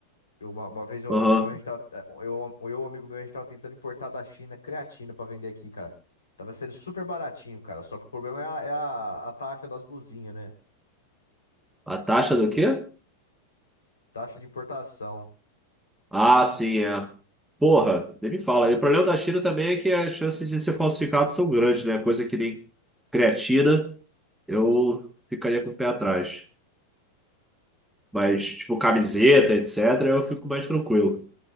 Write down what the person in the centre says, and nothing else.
Aham.
A taxa do quê?
Ah, sim, é. Porra, nem me fala. E o problema da China também é que as chances de ser falsificado são grandes, né? Coisa que nem creatina, eu ficaria com o pé atrás. Mas, tipo, camiseta, etc., eu fico mais tranquilo.